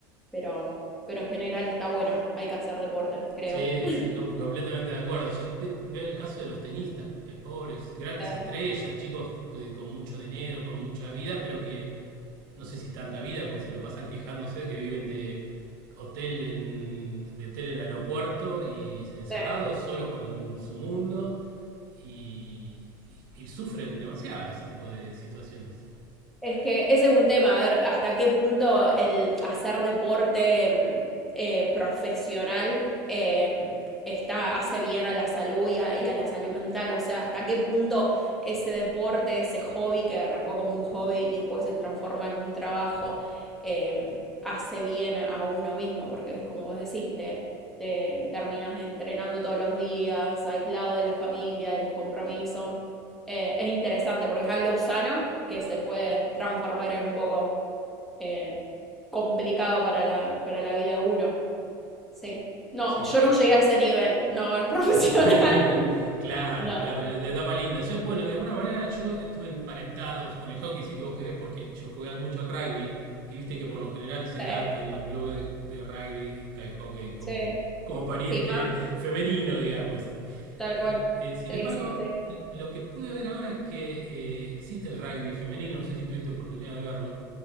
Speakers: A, in the centre; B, on the right.
A: Pero, pero en general está bueno, hay que hacer deporte, creo.
B: Sí,
A: <laughs>
B: sí, com- completamente de acuerdo. Yo pe- veo el caso de los tenistas, de pobres, grandes
A: Sí,
B: estrellas, chicos que- con mucho dinero, con mucha vida, pero que no sé si tanta vida, porque se lo pasan quejándose de que viven de hotel en, de hotel en el aeropuerto y encerrados,
A: sí.
B: solos con su mundo y, y, y sufren demasiado ese tipo de situaciones.
A: Es que ese es un tema, a ver hasta qué punto el hacer deporte mm, eh, profesional eh, está, hace bien a la salud y a, y a la salud mental. O sea, hasta qué punto ese deporte, ese hobby que arrancó como un hobby y después se transforma en un trabajo, eh, hace bien a uno mismo, porque como vos decís, te, te terminas entrenando todos los días, aislado de la familia, de los compromisos eh, es interesante porque es algo sano que se puede transformar en un poco eh, complicado para la, para la vida de uno. Sí. No,
B: Sí.
A: yo no llegué a ese nivel, no, en profesional.
B: <laughs>
A: <laughs>
B: claro,
A: No,
B: claro, de etapa linda. Yo- bueno, de alguna manera yo estuve emparentado con el hockey, si vos querés, porque yo jugué mucho al rugby y viste que por lo general se
A: sí,
B: da que en los clubes de rugby está el hockey como,
A: sí,
B: como pariente
A: sí, más,
B: femenino, digamos.
A: tal cual.
B: Eh, eh, sin
A: Sí,
B: embargo,
A: sí, sí.
B: lo que pude ver ahora es que eh, existe el rugby femenino, no sé si tuviste oportunidad de verlo.